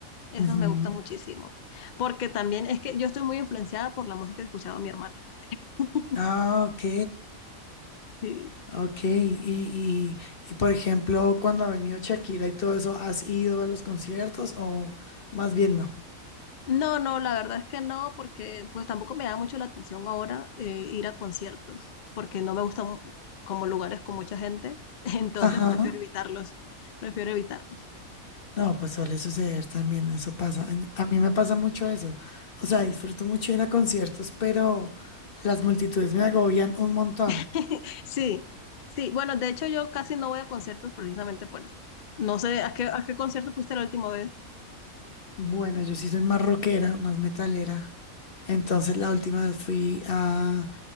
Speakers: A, on the left; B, on the left.
A: Esos
B: ujú.
A: me gustan muchísimo. Porque también es que yo estoy muy influenciada por la música que escuchaba mi hermana. <laughs>
B: Ah, ok.
A: Sí.
B: Ok, y, y, y por ejemplo, cuando ha venido Shakira y todo eso, ¿has ido a los conciertos o más bien no?
A: No, no, la verdad es que no, porque pues tampoco me da mucho la atención ahora eh, ir a conciertos, porque no me gustan como lugares con mucha gente, <laughs> entonces
B: Ajá.
A: prefiero evitarlos, prefiero evitarlos.
B: No, pues suele suceder también, eso pasa. A a mí me pasa mucho eso. O sea, disfruto mucho ir a conciertos, pero las multitudes me agobian un montón.
A: <laughs> Sí, sí, bueno, de hecho yo casi no voy a conciertos precisamente por eso. No sé, ¿a qué, a qué concierto fuiste la última vez?
B: Bueno, yo sí soy más rockera, más metalera. Entonces la última vez fui a,